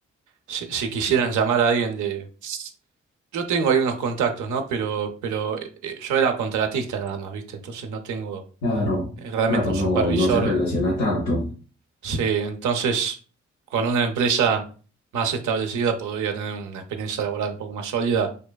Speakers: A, on the right (about 80°); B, on the left (about 85°).
A: si, si quisieran llamar a alguien de... Yo tengo ahí unos contactos, ¿no? Pero, pero eh, yo era contratista nada más, ¿viste? Entonces no tengo...
B: Claro,
A: eh, realmente
B: claro,
A: un
B: no,
A: supervisor.
B: no se relaciona tanto.
A: Sí, entonces con una empresa más establecida podría tener una experiencia laboral un poco más sólida.